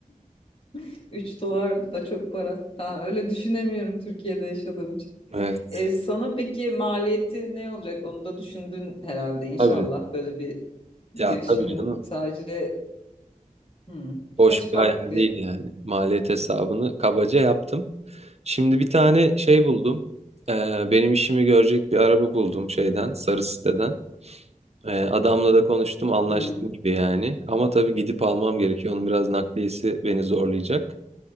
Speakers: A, on the left (about 40°); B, on the right (about 50°).
A: <laughs> 3 dolar da çok para. Ha, öyle düşünemiyorum Türkiye'de yaşadığım için.
B: Evet.
A: E, sana peki maliyeti ne olacak? Onu da düşündün herhalde inşallah
B: Tabii.
A: böyle bir
B: Ya
A: girişimin
B: tabii canım.
A: sadece hmm,
B: Boş
A: kaç
B: bir
A: farklı
B: hayal değil yani. Maliyet hesabını kabaca yaptım. Şimdi bir tane şey buldum. Ee, benim işimi görecek bir araba buldum şeyden, sarı siteden. Ee, adamla da konuştum, anlaştım
A: hmm,
B: gibi yani. Ama tabii gidip almam gerekiyor. Onun biraz nakliyesi beni zorlayacak.